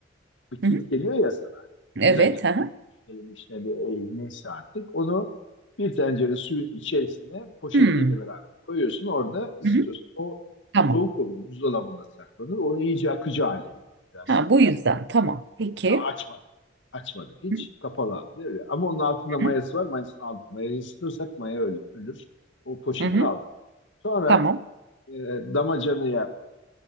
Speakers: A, on the left; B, on the right.
A: bir kit
B: Hı hı.
A: geliyor ya sana.
B: Evet.
A: Bira kit.
B: Hı hı.
A: Böyle bir işte bir e, neyse artık. Onu bir tencere suyun içerisine poşetiyle
B: Hı.
A: beraber koyuyorsun. Orada ısıtıyorsun.
B: Hı hı.
A: O soğuk
B: Tamam.
A: olur. Buzdolabında saklanır. Onu iyice akıcı hale geliyor. Biraz
B: Ha, bu yüzden. Tamam. Peki.
A: daha açmadık. Açmadık hiç.
B: Hı
A: Kapalı halde öyle. Ama onun altında mayası
B: hı.
A: var. Mayasını aldık. Mayayı ısıtırsak maya öyle, ölür. O poşeti
B: Hı hı.
A: aldık. Sonra
B: Tamam.
A: e, damacanaya